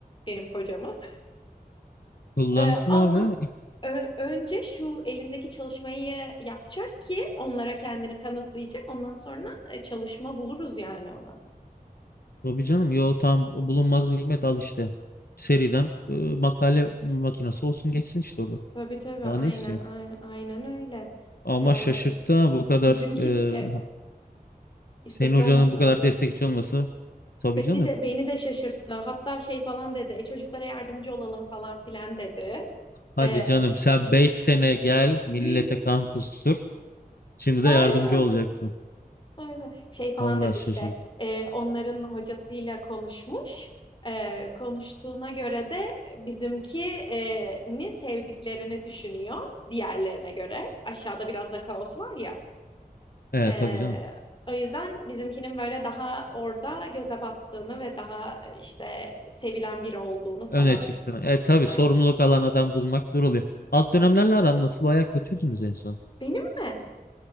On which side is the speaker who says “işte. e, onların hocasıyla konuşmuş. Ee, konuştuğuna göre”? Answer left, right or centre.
Left